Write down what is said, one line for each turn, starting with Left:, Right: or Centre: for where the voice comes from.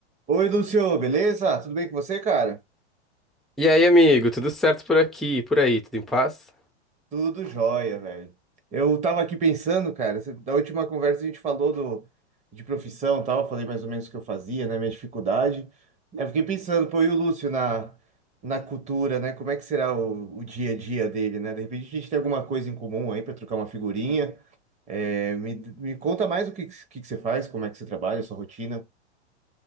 Right: Oi, Lúcio, beleza? Tudo bem com você, cara?
Centre: E aí, amigo, tudo certo por aqui, e por aí, tudo em paz?
Right: Tudo jóia, velho. Eu tava aqui pensando, cara, cê- da última conversa a gente falou do, de profissão e tal, falei mais ou menos o que eu fazia, né, minha dificuldade. Eu fiquei pensando, pô, e o Lúcio na, na cultura, né, como é que será o, o dia a dia dele, né? De repente a gente tem alguma coisa em comum aí pra trocar uma figurinha. É, me, me conta mais o que, que, que você faz, como é que você trabalha, a sua rotina.